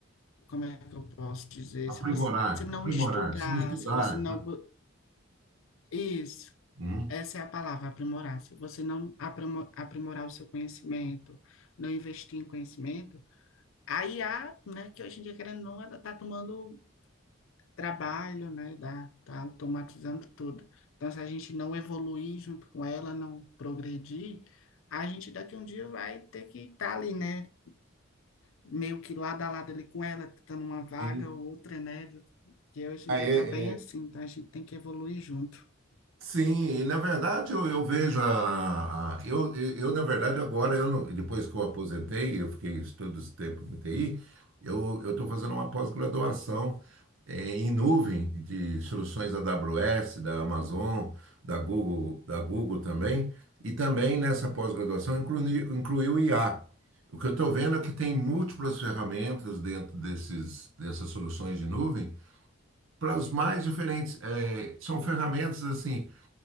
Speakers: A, on the left; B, on the right.
A: como é que eu posso dizer?
B: Aprimorar,
A: Se você não
B: aprimorar.
A: estudar,
B: Se não estudar,
A: se você não, bu- isso,
B: hum,
A: essa é a palavra, aprimorar. Se você não aprimo- aprimorar o seu conhecimento, não investir em conhecimento, a IA, né, que hoje em dia, querendo ou não, ela está tomando trabalho, né, da, tá automatizando tudo. Então, se a gente não evoluir junto com ela, não progredir, a gente daqui um dia vai ter que estar ali, né, meio que lado a lado ali com ela, tentando uma vaga
B: sim.
A: ou outra, né? E hoje
B: Ah,
A: em dia
B: é-
A: tá bem
B: é,
A: assim, tá? A gente tem que evoluir junto.
B: Sim, e na verdade eu, eu vejo a, a- eu, eu, eu, na verdade, agora, eu não- depois que eu aposentei, eu fiquei todo esse tempo no TI, eu eu estou fazendo uma pós-graduação eh, em nuvem de soluções AWS, da Amazon, da Google, da Google também, e também nessa pós-graduação inclui, inclui o IA. O que eu estou vendo é que tem múltiplas ferramentas dentro desses, dessas soluções de nuvem para os mais diferentes. eh, são ferramentas assim